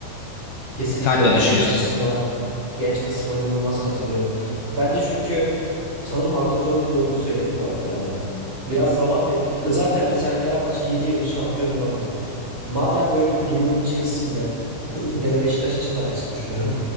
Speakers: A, on the right (about 35°); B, on the left (about 80°).
A: Kesinlikle
B: Sen
A: ya.
B: ne düşünüyorsun?
A: Genç kısmına genç kısmına inanılmaz katılıyorum. Bence çünkü sanırım Arda Turan'ın böyle bir söylemi vardı. Hani biraz zaman verip <laughs> zaten mesela Fenerbahçe 7 yıldır şampiyon olamıyor. Madem böyle bir durumun içerisinde <clears throat> ya da Beşiktaş için de aynısını düşünüyorum.